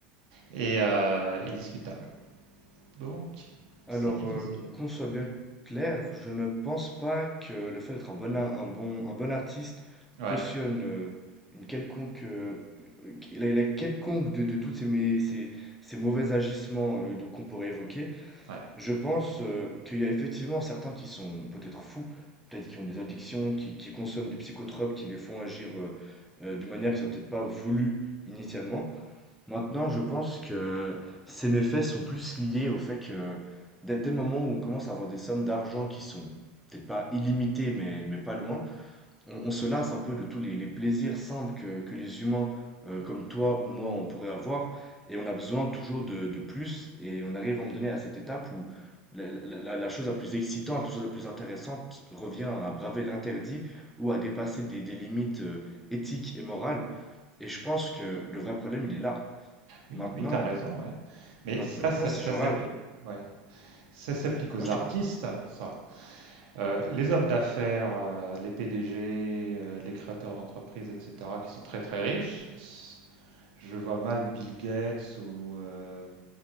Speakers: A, on the right; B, in the centre.
A: est, est, euh, est discutable. Donc,
B: Alors,
A: c'est difficile.
B: euh, qu'on soit bien clair, je ne pense pas que le fait d'être un bon, a- un bon, un bon artiste
A: Ouais,
B: cautionne euh, une quelconque, euh, la, la quelconque de, de toutes ces, mé- ces, ces mauvais agissements euh, de- qu'on pourrait évoquer.
A: ouais.
B: Je pense euh, qu'il y a effectivement certains qui sont peut-être fous, peut-être qui ont des addictions, qui, qui consomment des psychotropes, qui les font agir euh, euh, d'une manière qu'ils n'ont peut-être pas voulu initialement. Maintenant, je pense que ces méfaits sont plus liés au fait que dès, dès le moment où on commence à avoir des sommes d'argent qui sont peut-être pas illimitées, mais, mais pas loin, on, on se lasse un peu de tous les, les plaisirs simples que, que les humains euh, comme toi ou moi on pourrait avoir, et on a besoin toujours de, de plus, et on arrive à me donner à cette étape où la, la- la- la chose la plus excitante, la chose la plus intéressante revient à braver l'interdit ou à dépasser des, des limites euh, éthiques et morales. Et je pense que le vrai problème, il est là.
A: Oui,
B: Maintenant,
A: oui, tu as raison, ouais. Mais
B: ma-
A: ça,
B: maintenant
A: ça,
B: ces
A: ça
B: gens-là,
A: s'applique. Ouais. Ça s'applique aux
B: moi je
A: artistes,
B: t'écoute.
A: ça. Euh, les hommes d'affaires, euh, les PDG, euh, les créateurs d'entreprises, etc., qui sont très très riches, s- je vois mal Bill Gates ou, euh,